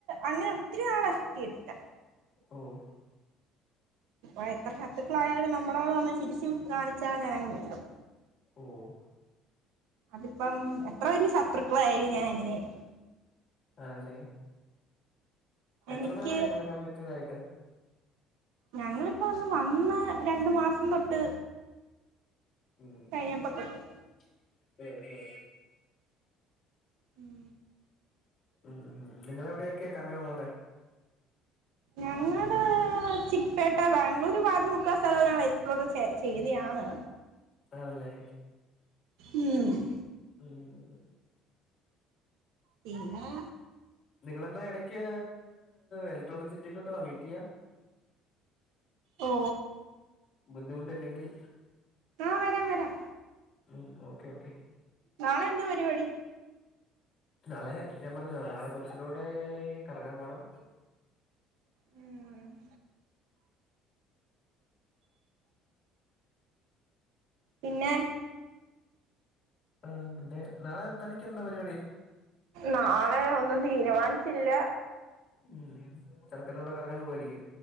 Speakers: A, on the right; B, on the left.
A: അങ്ങനെ ഒത്തിരി നാൾ എഫക്റ്റെയ്യത്തില്ല.
B: ഓഹ്.
A: അപ്പ എത്ര ശത്രുക്കളായാലും നമ്മളോട് വന്ന് ചിരിച്ചും കാണിച്ചാ ഞാനങ്ങ് മിണ്ടും.
B: ഓഹ്.
A: അതിപ്പം എത്ര വല്യ ശത്രുക്കളായാലും ഞാൻ അങ്ങനെയായിരിക്കും.
B: ആണല്ലേ എത്രനാളായി
A: എനിക്ക്
B: നിങ്ങള് കമ്മിറ്റെടായിട്ട്?
A: ഞങ്ങളിപ്പൊന്ന് വന്ന് രണ്ട്‌ മാസം തൊട്ട്.
B: ഉം
A: കഴിഞ്ഞപ്പ തൊട്ട്.
B: <unintelligible>
A: ഉം
B: ഉം ഉം നിങ്ങളെവിടെയൊക്കെ കറങ്ങാൻ പോവുന്നേ.
A: ഞങ്ങള് ള് ചിക്പ്പേട്ട ബാംഗ്ലൂര് പാതിമുക്ക സ്ഥലവും ഞങ്ങള് എക്സ്പ്ലോർ ചെയ് ചെയ്തെയാണ്.
B: ആണല്ലേ.
A: ഉം ഉം
B: ഉം
A: പിന്നാ
B: നിങ്ങളെന്നാ എടക്ക് എലക്ട്രോണിക് സിറ്റിയിലോട്ട് വാ മീറ്റെയ്യാം.
A: ഓ
B: ബുദ്ധിമുട്ടില്ലെങ്കിൽ.
A: ആഹ് വരാം വരാം.
B: ഉം ഓക്കേ ഓക്കേ.
A: നാളെ എന്താ പരിപാടി
B: നാളെ ഞാൻ പറഞ്ഞല്ലോ നാളെ കൊച്ചിന്റെ കൂടെ കറങ്ങാൻ പോണം.
A: ഉം പിന്നെ
B: ആ പിന്നെ നാളെ തനിക്ക് എന്താ പരിപാടി?
A: നാളെ ഒന്നും തീരുമാനിച്ചില്ല.
B: ഉം ചെറുക്കന്റെ കൂടെ കറങ്ങാൻ പോവാരിക്കും.